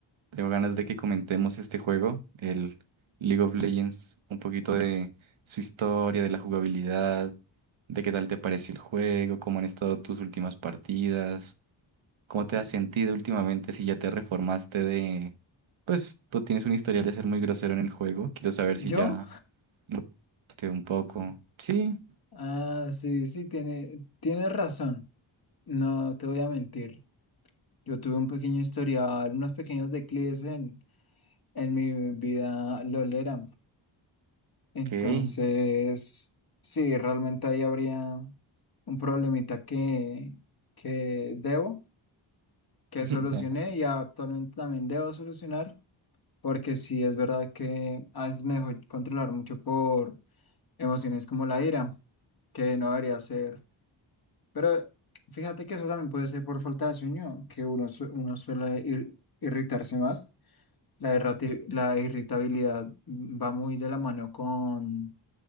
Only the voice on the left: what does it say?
¿Yo?
Ah, sí, sí, tiene, tienes razón. No te voy a mentir. Yo tuve un pequeño historial, unos pequeños declives en, en mi vida lolera. Entonces,
sí, realmente ahí habría un problemita que, que debo, que
solucioné y actualmente también debo solucionar, porque sí es verdad que es mejor controlar mucho por emociones como la ira, que no debería ser. Pero fíjate que eso también puede ser por falta de sueño, que uno, su- uno suele ir- irritarse más. La, irrati- la irritabilidad va muy de la mano con